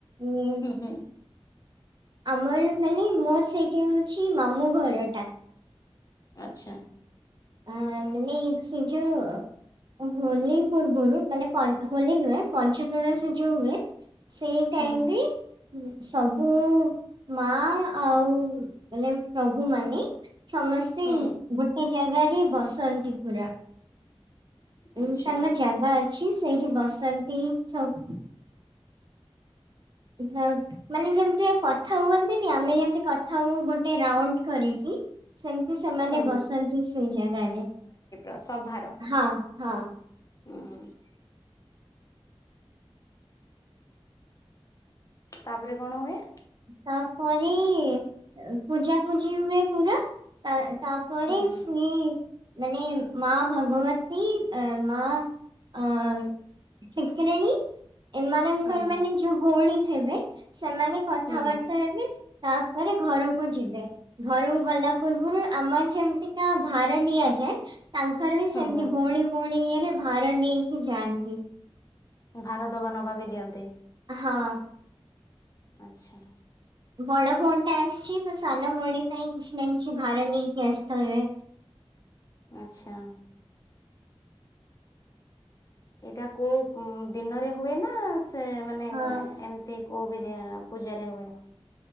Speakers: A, on the right (about 50°); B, on the left (about 35°).
A: ଉଁ
B: ହୁଁ। ହୁଁ
A: ଆମର ମାନେ ମୋର ସେଇଟା ହେଉଛି ମାମୁଁ ଘରଟା।
B: ଆଚ୍ଛା।
A: ହାଁ ମାନେ ସେ ଯୋଉ ହୋଲି ପୂର୍ବରୁ ମାନେ ପନ୍ ହୋଲି ନୁହେଁ ପଞ୍ଚ୍ ତୁଳସୀ ଯୋଉ ହୁଏ ସେଇ ଟାଇମରେ
B: ହୁଁ
A: ସବୁ ମାଆ ଆଉ ମାନେ ପ୍ରଭୁମାନେ ସମସ୍ତେ
B: ହୁଁ
A: ଗୋଟେ ଜାଗାରେ ବସନ୍ତି ପୁରା। ଉଁ
B: ଆଚ୍ଛା
A: ତାଙ୍କ ଜାଗା ଅଛି ସେଇଠି ବସନ୍ତି ସବୁ ହଁ ମାନେ ଯେମିତିଆ କଥା ହୁଅନ୍ତିନି ଆମେ ଯେମତି କ କଥା ହଉ ଗୋଟେ ରାଉଣ୍ଡ କରିକି ସେମିତି ସେମାନେ
B: ହୁଁ
A: ବସନ୍ତି ସେଇ ଜାଗାରେ।
B: ଆଉ ସଭାର
A: ହଁ ହଁ।
B: ଉଁ ତାପରେ କଣ ହୁଏ?
A: ତାପରେ ପୂଜାପୂଜି ହୁଏ ପୁରା। ତା ତାପରେ
B: ହୁଁ ହୁଁ
A: ସେ ମାନେ ମାଆ ଭଗବତୀ ଏଁ ମାଆ ଅ-ଅ-ଅ ଠେକିଲେଣି ଏମାନଙ୍କର
B: ହୁଁ ହୁଁ।
A: ମାନେ ଯୋଉ ଭଉଣୀ ଥିବେ ସେମାନେ କଥାବାର୍ତ୍ତା
B: ହୁଁ
A: ହେବେ ତାପରେ ଘରକୁ ଯିବେ। ଘରୁକୁ ଗଲା ପୂର୍ବରୁ ଆମର ଯେମିତିକା ଭାର ନିଆଯାଏ ତାଙ୍କର ବି
B: ହୁଁ
A: ସେମତି
B: ହୁଁ
A: ଭଉଣୀ ଭଉଣୀ ଇଏରେ ଭାର ନେଇକି ଯାଆନ୍ତି।
B: ଭାର ଦବା ନବା ବି ଦିଅନ୍ତି।
A: ହଁ।
B: ଆଚ୍ଛା।
A: ବଡ଼ ଭଉଣୀଟା ଆସିଛି ତ ସାନ ଭଉଣୀ ପାଇଁ କିଛି ନା‌‌ କିଛି ଭାର ନେଇକି ଆସିଥିବେ।
B: ଆଚ୍ଛା। ଏଇଟା କୋଉ ଦିନରେ ହୁଏ ନା ସେ ମାନେ
A: ହଁ
B: ଏମିତି? କୋଉ ବି ଦି ପୂଜାରେ ହୁଏ।